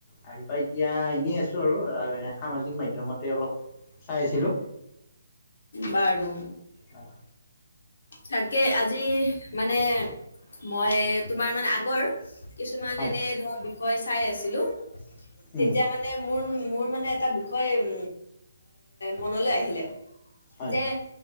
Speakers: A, on the left (about 20°); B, on the left (about 75°).
A: আহি পাই এতিয়া এনেই আছো আৰু এ সামাজিক মাধ্যমতে অলপ চাই আছিলো।
B: বাৰু
A: হয়
B: তাকে আজি মানে, মই তোমাৰ মানে আগৰ কিছুমান
A: হয়
B: এনে ধৰ বিষয় চাই আছিলো, তেতিয়া
A: উম
B: মানে মোৰ মোৰ মানে এটা বিষয় উ মনলৈ আহিলে,
A: হয়
B: যে